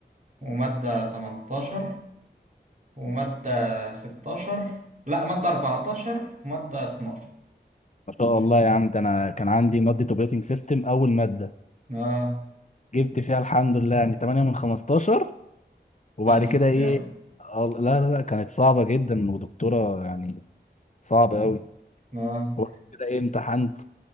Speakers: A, on the right; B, on the left.
A: ومادة تمنتاشر ومادة ستاشر لا مادة أربعتاشر ومادة اتناشر
B: ما شاء
A: مش-
B: الله يا عم ده انا كان عندي مادة اوبريتنج سيستم اول مادة
A: اه
B: جبت فيها الحمد لله يعني 8 من 15 وبعد
A: يا نهار
B: كده
A: أبيض
B: ايه ال- لا لا لا كانت صعبة جدا ودكتورة يعني صعبة قوي
A: اه
B: وبعد كده ايه امتحنت